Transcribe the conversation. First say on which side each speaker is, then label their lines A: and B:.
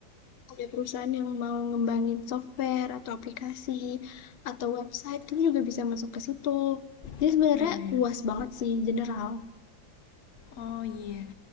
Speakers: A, on the left; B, on the left.
A: ada perusahaan yang mau ngembangin software atau aplikasi atau website kita juga bisa masuk ke situ jadi sebenarnya
B: Oh, iya iya.
A: luas banget sih general
B: Oh iya.